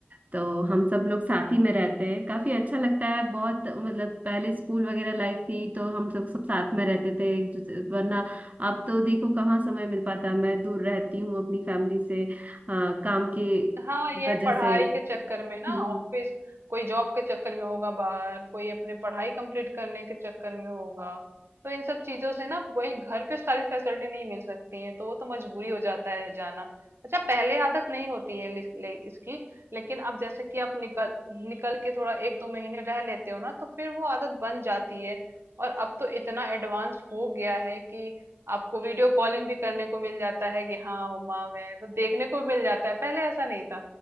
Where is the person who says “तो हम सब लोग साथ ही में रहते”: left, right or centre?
Right